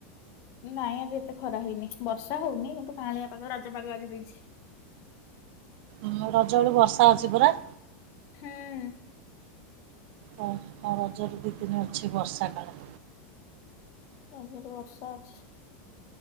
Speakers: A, on the left; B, on the right.
A: ନାଇଁ ଆଜି ଏତେ ଖରା ହେଇନି। ବର୍ଷା ହଉନି କିନ୍ତୁ କାଆଁଳିଆ ପାାଗ ରଜପାଗ ଆଜି ଦେଇଚି।
B: ଉଁ ରଜ ବେଳୁ ବର୍ଷା ଅଛି ପରା।
A: ହୁଁ।
B: ହଁ। ମଁ ରଜରେ ଦୁଇ ଦିନ ଅଛି ବର୍ଷା କାଳ।
A: ରଜରେ ବର୍ଷା ଅଛି।